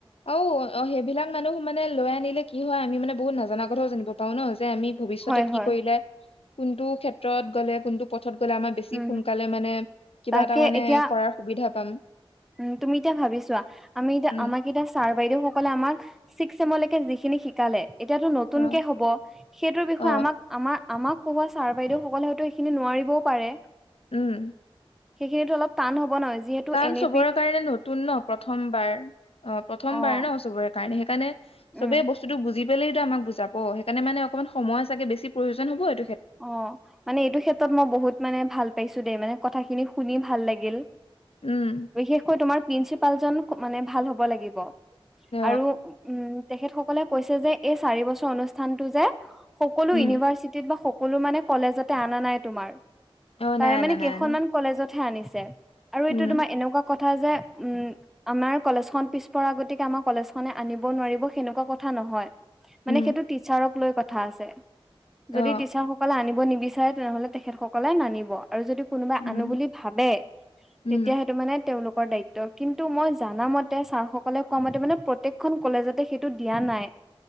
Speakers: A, on the left (about 85°); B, in the centre.
A: অঔ অ সেইবিলাক মানুহ মানে লৈ আনিলে কি হয় আমি মানে বহুত নাজাননা কথাও জানিব পাৰো ন যে আমি ভৱিষয়তে
B: হয়
A: কি
B: হয়।
A: কৰিলে কোনটো ক্ষেত্ৰত গলে কোন পথত গ'লে আমাৰ বেছি
B: উম
A: সোনকালে মানে কিবা
B: তাকে
A: এটা মানে
B: এতিয়া
A: কৰাৰ সুবিধা পাম
B: উম', তুমি এতিয়া ভাবিছোৱাা আমি এতিয়া
A: উম
B: আমাক এতিয়া ছাৰ বাইদেউ সকলে আমাক ছিক্স চমলৈকে যিখিনি শিকালে এতিয়াতো নতুনকে
A: অ
B: হব সেইটোৰ বিষয়ে
A: অ
B: আমাক আমাৰ আমাক কোবাৰ ছাৰ বাইদেউ সকলে হয়তো এইখিনি নোৱাৰিবও পাৰে।
A: উম'।
B: সেইখিনিতো অলপ টান হ'ব নয় যিহেতু
A: কাৰণ
B: এনে
A: চবৰে কাৰণে নতুন ন প্ৰথমবাৰ অ প্ৰথমবাৰ
B: অ',
A: ন চবৰে কাৰণে সেইকাৰণে
B: উম,
A: সবেই বস্তুত বুজি পলেতটো আমাক বুজাব সেইকাৰণে মানে অকমান সময় চাগে বেছি প্ৰয়োজন হ'বটো
B: অ মানে এইটো ক্ষেত্ৰত মই বহুত মানে ভাল পাইছো দেই মানে কথাখিনি শুনি ভাল লাগিল।
A: উম
B: বিশেষকৈ তোমাৰ প্ৰিন্ঞ্চিপাল জন মানে ভাল হব লাগিব।
A: অ
B: আৰু উম তেখেত সকলে কৈছে যে এই চাৰি বছৰ অনুষ্ঠানতটো যে সকলো
A: উম
B: ইউনিভাৰ্চিটিত বা সকলো মানে কলেজতে অনা নাই তোমাৰ।
A: অ
B: তাৰে
A: নাই
B: মানে
A: নাই নাই
B: কেইখনমান
A: নাই
B: কলেজতহে আনিছে আৰু
A: উম
B: এইটো তোমাৰ এনেকুৱা কথা ক যে উম আমাৰ কলেজখন পিছপ আগতিকে আমাৰ কলেজ খনে আনিব নোৱাৰিব সেনেকুৱা কথা নহ নহয় মানে
A: উম
B: সেইটো টিষ্চাৰক লৈ কথা আছে যদি
A: অ
B: আানিব নিবিচাৰে তেনেহ'লে তেখেতসকলে নানিব। আৰু যদি কোনোবা
A: উম
B: আনো বুলি ভাবে
A: উম
B: তেতিয়া সেইটো মানে তেওঁলোকৰ দায়িত্ব কিন্তু মই জানা মতে ছাৰসকলে কোৱা মতে মানে প্ৰত্যেকখন কলেজতে সেইটো দিয়া নাই। নাই।